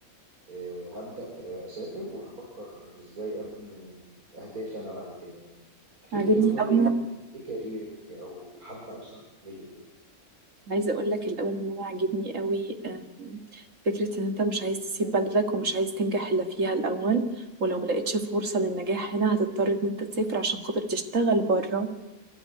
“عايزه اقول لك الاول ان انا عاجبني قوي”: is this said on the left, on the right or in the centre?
Right